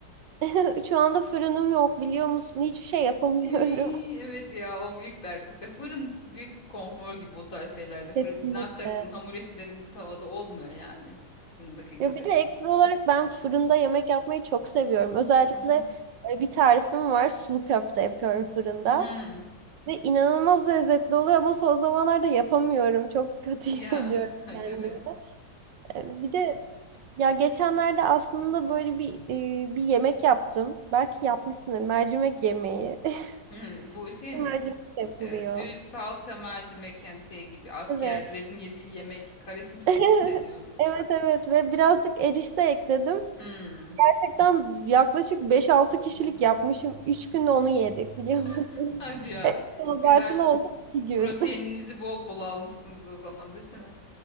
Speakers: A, on the right (about 75°); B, on the left (about 45°).
A: <laughs> Şu anda fırınım yok biliyor musun? Hiçbir şey yapamıyorum.
B: <laughs> İy, evet ya o büyük dert işte. Fırın büyük bir konfor gibi o tarz şeylerde.
A: <laughs>
B: Fırın,
A: Kesinlikle.
B: ne yapacaksın? Hamur işlerin tavada olmuyor yani. Fırındaki gibi.
A: Ya bir de ekstra olarak ben fırında yemek yapmayı çok seviyorum. Özellikle
B: Hı hı.
A: e, bir tarifim var. Sulu köfte yapıyorum fırında.
B: Hı.
A: Ve inanılmaz lezzetli oluyor ama son zamanlarda yapamıyorum. Çok kötü
B: Ya
A: <laughs> hissediyorum
B: <laughs>
A: kendimi.
B: değil mi?
A: E, Bir de ya geçenlerde aslında böyle bir e, bir yemek yaptım. Belki yapmışsındır. Mercimek yemeği. <laughs>
B: Hı, bu şey mi?
A: Mercimek yapılıyor.
B: Ee, düz salça mercimek yani şey gibi askerlerin
A: Evet.
B: yediği yemek kara şimşek
A: <laughs>
B: mi deniyor?
A: Evet evet ve birazcık erişte ekledim.
B: Hmm.
A: Gerçekten yaklaşık beş-altı kişilik yapmışım. 3 günde onu yedik biliyor musun?
B: <laughs> Hadi
A: <laughs>
B: ya.
A: Evet, abartılı
B: Güzel.
A: oldu 2 gün.
B: Proteininizi
A: <laughs>
B: bol bol almışsınız o zaman desene.